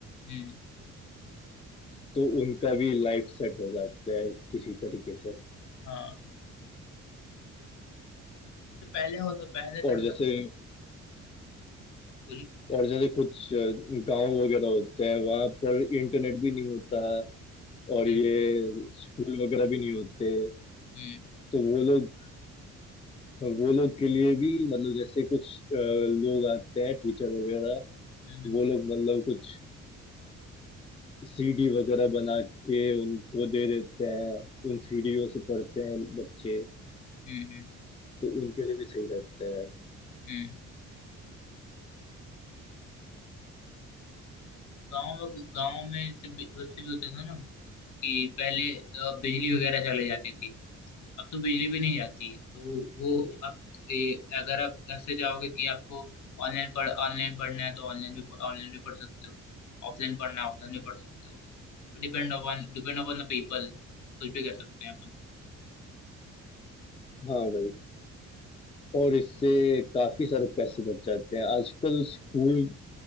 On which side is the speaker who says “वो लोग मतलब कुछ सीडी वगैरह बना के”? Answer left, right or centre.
Left